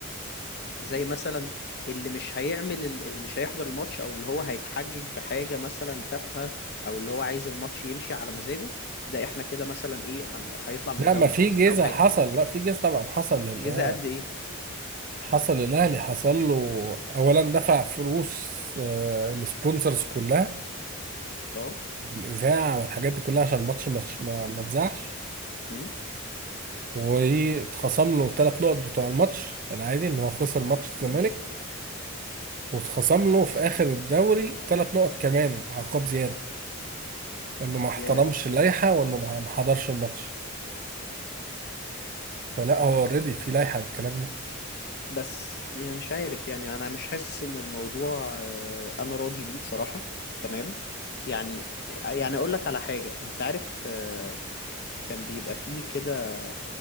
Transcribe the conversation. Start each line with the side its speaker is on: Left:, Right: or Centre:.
Left: زي مثلا اللي مش هيعمل اللي مش هيحضر الماتش او اللي هو هيتحجج بحاجة مثلا تافهة او اللي هو عايز الماتش يمشي على مزاجه ده احنا كده مثلا ايه هن... هيطلع من
Right: لا
Left: الدوري
Right: ما في
Left: خالص
Right: جيزه
Left: او هي
Right: حصل لا في جيزه طبعا حصل للاهلي
Left: جزاء قد ايه
Right: حصل للاهلي حصل له اولا دفع فلوس آه، السبونسرز كلها
Left: اه
Right: والاذاعه والحاجات دي كلها عشان الماتش ما ما ما اتذاعش
Left: امم
Right: واتخصم له ثلاث نقط بتوع الماتش العادي ان هو خسر ماتش الزمالك
Left: امم
Right: واتخصم له في اخر الدوري ثلاث نقط كمان عقاب زياده انه ما احترمش
Left: ياه
Right: اللائحه وانه ما ما حضرش الماتش فلا هو اوريدي في لائحه بالكلام ده
Left: بس يعني مش عارف يعني انا مش حاسس ان الموضوع آه، انا راضي بيه بصراحة تمام يعني يعني اقول لك على حاجة انت عارف آه، كان بيبقى فيه كده